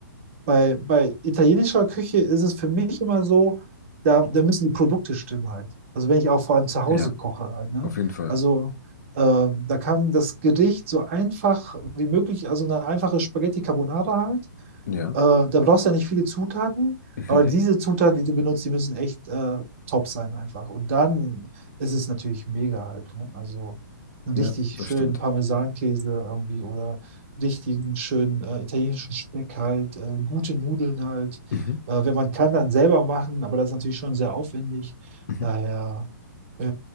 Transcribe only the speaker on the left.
Ja,
auf jeden Fall.
Ja.
<laughs>
Ja,
das
stimmt.
Mhm.
Mhm.